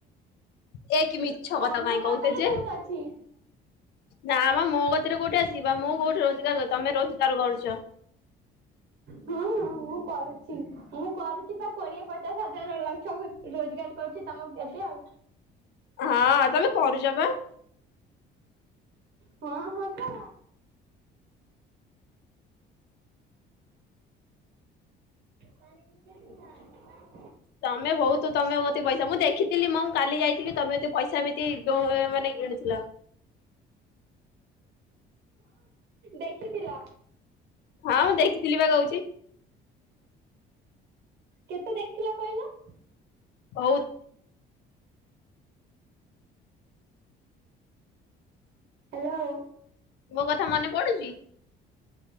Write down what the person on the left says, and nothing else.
ଏକ କି ମିଛ
କଥା କାଇଁ
କହୁଛେ ଯେ
ନା ମ ମୋ କତିରେ କୋଉଠି ଅଛି ମୁଁ କୋଉଠି ରୋଜଗାର କରୁଛି ତମେ ରୋଜଗାର କରୁଛ
ହଁ ତମେ କରଚବା।
ତମେ ବହୁତ ତମେ କତି ପଇସା ମୁଁ ଦେଖିି ଥିଲି ମୁଁ କାଲି ଯାଇଥିବି ତମେ ଏତେ ପଇସା ଏମିତି ଗ ମାନେ ଗିଣୁଥିଲ।
ହଁ ମୁଁ ଦେଖିଥିଲି ବା କହୁଛି।
ବହୁତ।
ମୋ କଥା ମନେ ପଡୁଛି?